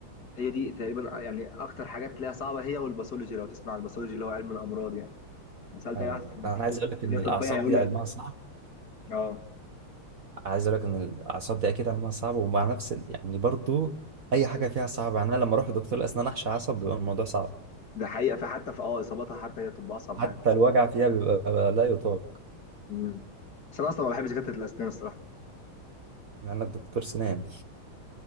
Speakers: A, on the left; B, on the right.
A: هي دي تقريبا يعني اكتر حاجات تلاقيها صعبه هي والباثولوجي لو تسمع عن الباثولوجي اللي هو علم الامراض يعني لو سالت
B: آه.
A: اي واحد في
B: أنا
A: في
B: عايز أقول لك
A: كليه
B: إن
A: طبيه
B: الأعصاب
A: هيقول
B: دي
A: لك
B: علمها صعب
A: اه
B: عايز أقول لك إن الأعصاب دي أكيد علمها صعب ومع نفس ال... يعني برضو أي حاجة فيها صعبة يعني أنا لما أروح لدكتور الأسنان أحشي عصب بيبقى الموضوع صعب
A: ده حقيقه فحتى في اه اصاباتها حتى هي طب اصعب
B: حتى
A: حاجه
B: الوجع فيها بيبقى لا يطاق
A: مم. بس انا اصلا ما بحبش دكاتره الاسنان الصراحه
B: مع إنك دكتور سنان